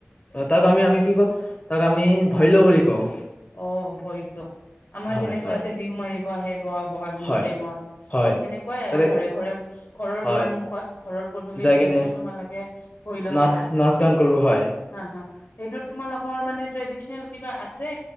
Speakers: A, on the left; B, on the left.
A: তাক আমি আমি কি ক তাক আমি ভয়লু বুলি কওঁ।
B: অ ভৰিতলো আমাৰ
A: হয়
B: যেনেকুৱা
A: হয়
B: ইয়াতে বিহু মাৰিব আহে ব বহাগ বিহুৰ
A: হয়
B: টাইমত
A: হয়
B: সেনেকুৱাই আৰু
A: তাতে
B: ঘৰে ঘৰে ঘৰৰ
A: হয়
B: দুৱাৰ মুখত। ঘৰৰ পদুলিত
A: যাই
B: গৈ
A: কেনে
B: কিনে তোমালোকে ভৰিল
A: নাচ
B: খেলা
A: নাচ গান কৰো হয়
B: হা হা। সেইটোত তোমালোকৰ মানে ট্ৰেডিচনেল কিবা আছে